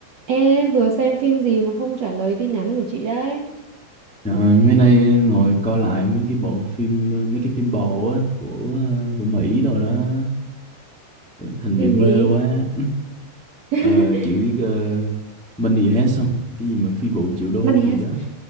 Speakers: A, on the right (about 70°); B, in the centre.
A: Ê, vừa xem phim gì mà không trả lời tin nhắn của chị đấy?
B: Ờ, mấy nay ngồi coi lại mấy cái bộ phim ờ, mấy cái phim bộ á của ờ, của Mỹ rồi đó thành
A: Phim
B: bị mê
A: gì?
B: quá
A: <laughs>
B: ờ, chị biết uh, Money Heist không cái gì mà phi vụ triệu đô
A: Money
B: gì
A: Heist.
B: đó